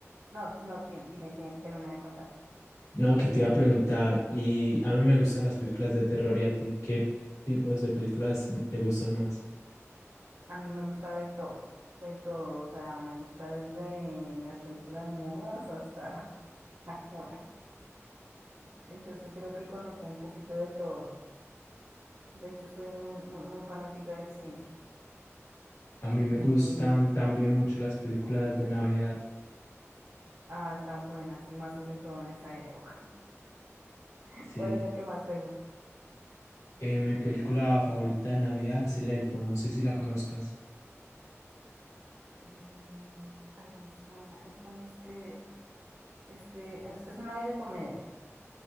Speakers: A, on the right; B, on the left.
A: no, no, sí, dime, sí, termina de contarme.
B: no, que te iba a preguntar, y a mí me gustan las películas de terror y a ti, ¿qué tipos de películas mm, te gustan más?
A: A mí me gusta de todo, de todo, o sea, me gusta desde las películas mudas hasta <laughs> ahora. Entonces creo que conozco un poquito de todo. De hecho, soy muy, muy, muy fanática del cine.
B: A mí me
A: Eh,
B: gustan también mucho las películas de Navidad.
A: Ah, están buenas y más sobre todo en esa época. <laughs>
B: Sí.
A: ¿Cuál es la que más te gusta?
B: Eh, mi película favorita de Navidad es El Elfo, no sé si la conozcas.
A: Eh, ay, me suena. Es con este, este, es, es una de comedia.